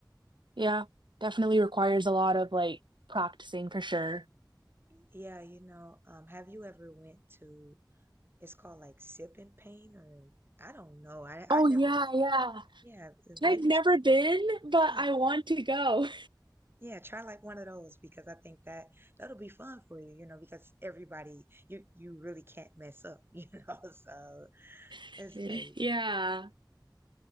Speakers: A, on the right; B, on the right.
A: Yeah, definitely requires a lot of like practicing for sure.
B: Yeah, you know, um, have you ever went to, it's called like Sip and Paint or I don't know. I, I
A: Oh
B: never,
A: yeah, yeah.
B: yeah,
A: I've
B: maybe
A: never
B: try,
A: been, but
B: yeah.
A: I want to go.
B: Yeah, try like one of those because I think that that'll be fun for you, you know, because everybody you you really can't mess up, <laughs> you know. So
A: <laughs>
B: It's like
A: Yeah.